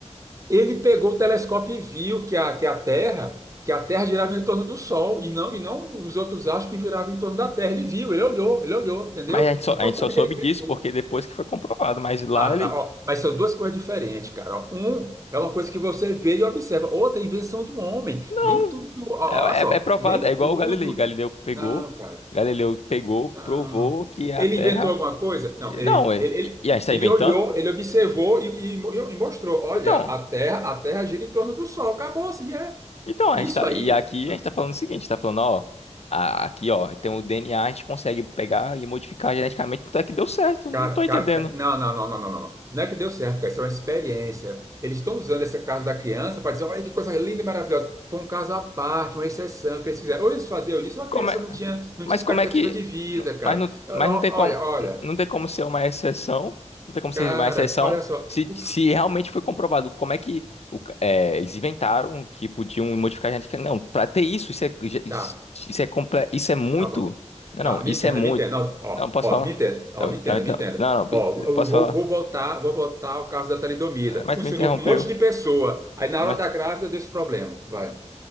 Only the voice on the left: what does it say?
Mas a gente só,
a
gente
só soube
disso porque depois que foi comprovado. Mas lá
ele.
Não,
é,
é, é provado.
É
igual o Galilei. Galileu pegou,
Galileu pegou,
provou que a
Terra.
Não, é.
E, e a gente tá
inventando?
Então,
então a
gente tá.
E aqui
a gente tá falando o seguinte: tá falando, ó. a- aqui, ó, tem o DNA, a a gente consegue pegar e modificar geneticamente. Até que deu certo. Não
tô
entendendo.
Como
é...
Mas
como é que.
Mas não,
mas
não tem como,
não tem como ser uma exceção. Não tem como ser
uma exceção
se,
se
realmente foi comprovado. Como é que o ca- é, eles inventaram que podiam modificar a genética? Não, para ter isso, isso é, isso
é, comple- isso é muito.
Não,
não,
isso
é muito.
Não, posso
falar?
Eu,
tá,
então,
não, não,
eu
posso
falar?
É, Mas
tu me interrompeu.
Mas,